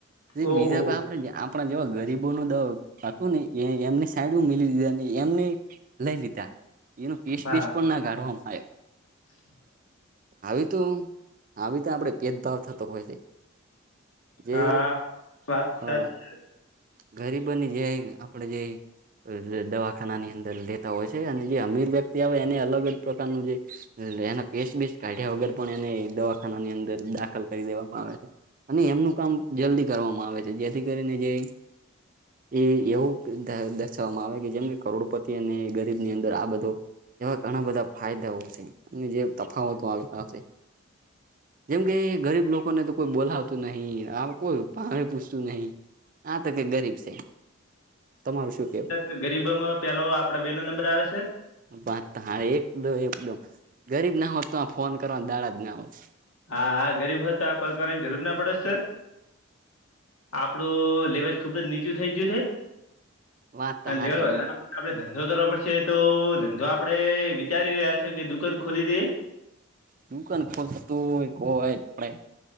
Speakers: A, on the right (about 40°); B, on the left (about 85°).
A: એ
B: ઓહો
A: બીજા
B: હો
A: આપે આપણા જેવા ગરીબોનો દુંને એ એમની સાઈડ મીલી દીધા. એમને લઈ લીધા એનો કેસ
B: હા
A: બેસ પણના કાઢવામાં આવ્યો.
B: <unintelligible> <inaudible>
A: હવે તો હું આવી તો આપડે ભેદભાવ થતો હોય છે. જે
B: હા વાત સાચી
A: અ ગરીબની અને જે. આપણેે જે અ દવા ખાનાની અંદર લેતા હોય છે. અને જે અમીર વ્યક્તિ આવે એને અલગ- અલગ પ્રકારનું જે એના કેસબેસ કાઢ્યા વગર પણ એને દવાખાનાની અંદર દાખલ કરી દેવામાં આવે છે. અને એમનું કામ જલ્દી કરવામાં આવે છે, જેથી કરીને જે એ એવું દર્શાવવામાં આવે કે જેમને કરોડપતિ અને ગરીબની અંદર આ બધો એવા ઘણા બધા ફાયદાઓ હોય છે. અને જે તફાવતો આ આવશે. જેમ કે ગરીબ લોકોને તો કોઈ બોલાતું નહીં, આ કોઈ આ પૂછતું નહીં. આતો કે ગરીબ છે. તમારું શું કેવું?
B: તો ગરીબમાં પેલા આપડા બેનો નંબર આવે સર.
A: વાત તો હાચી એકાદો એકદમ. ગરીબ ના હોત તો ફોન કરવા દાડા જના હોત.
B: હા હા ગરીબ હતા આ કોલ કરવાની જરૂર ના પડે સર. આપડું લેવર ખુબ જ નીચું થઇ ગયું છે.
A: વાત તો હાચી
B: લેવર વધારે આપણે ધંધો કરવો પડશે તો ધંધો આપડે વિચારી રહ્યા છે, કે દુકાન ખોલી દે.
A: દુકાન ખોલતી હોય કો વાય જ પડાય.